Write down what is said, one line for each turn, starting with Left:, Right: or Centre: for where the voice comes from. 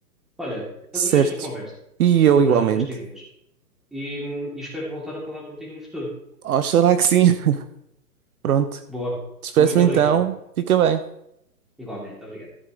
Centre: Olha, adorei
Right: certo.
Centre: esta conversa
Right: E eu
Centre: sobre
Right: igualmente.
Centre: a- as teorias e, e espero voltar a falar contigo no futuro.
Right: Oxalá que sim. <laughs> Pronto,
Centre: Boa.
Right: despeço-me
Centre: Muito obrigado.
Right: então, fica bem.
Centre: Igualmente, obrigado.